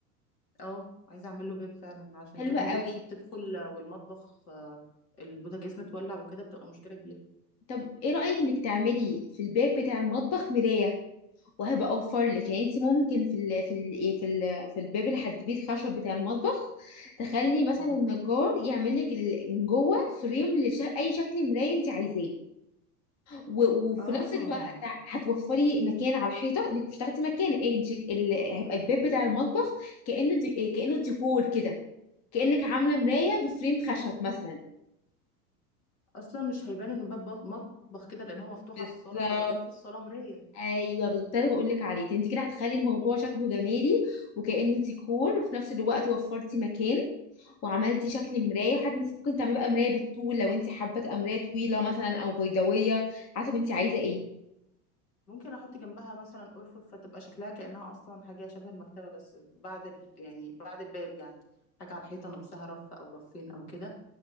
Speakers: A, on the left; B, on the left.
A: اه عايزه اعمل له باب فعلا عشان
B: حلوه
A: كمان بنتي
B: قوي
A: بتدخل آه، والمطبخ آه، البوتاجاز متولع وكده بتبقى مشكله كبيره
B: طب ايه رايك انك تعملي في الباب بتاع المطبخ مرايه وهبقى اوفر لك يعني انت ممكن في ال في ال ايه في ال في الباب اللي هتجيبيه الخشب بتاع المطبخ تخلي مثلا
A: اه
B: النجار يعمل لك ال- من جوه فريم لاي شكل مرايه انت عايزاه و- وفي
A: اه
B: نفس الوقت هتوفري مكان على الحيطه انك مش تاخدي مكان إيه دي- ال- هيبقى الباب بتاع المطبخ كانه دي إيه، كانه ديكور كده كانك عامله مرايه بفريم خشب مثلا
A: اصلا مش هيبان انه باب مطبخ كده لان هو مفتوح
B: بالظبط
A: على الصاله فهيبان في الصاله مرايه
B: ايوه بالظبط ده اللي بقول لك عليه انت كده هتخلي الموضوع شكله جمالي وكانه ديكور وفي نفس الوقت وفرتي مكان وعملتي شكل مرايه وحتى انت ممكن تعملي بقى مرايه بالطول لو انت حابه تبقى مرايه طويله مثلا او بيضاويه حسب انت عايزه ايه
A: ممكن احط جنبها مثلا ارفف فتبقى شكلها كانها اصلا حاجه شبه المكتبه بس بعد ال... يعني بعد الباب يعني حاجه على الحيطه نفسها رف او رفين او كده